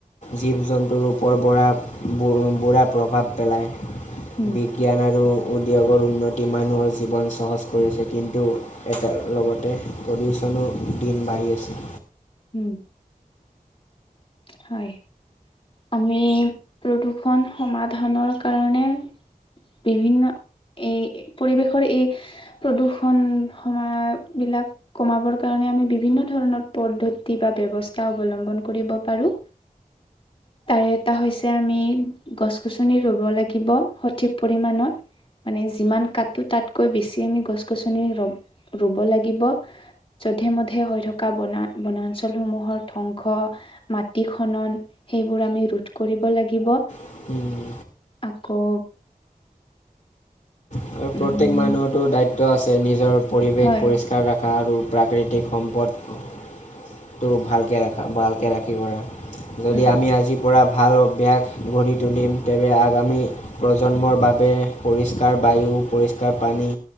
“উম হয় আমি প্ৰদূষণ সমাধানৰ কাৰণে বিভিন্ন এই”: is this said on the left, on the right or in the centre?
Left